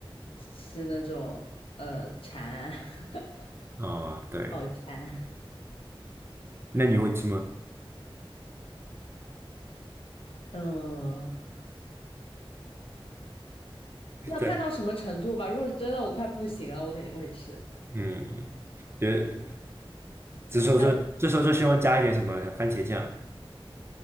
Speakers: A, on the left; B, on the right.
A: 吃那种呃蝉，<laughs>
B: 啊，对，
A: 好馋。
B: 那你会吃吗？
A: 嗯，要看到什么程度吧。
B: 对，
A: 如果是真的我快不行了，我肯定会吃。
B: 嗯，对，这时候就这时候就希望加一点什么番茄酱
A: 还有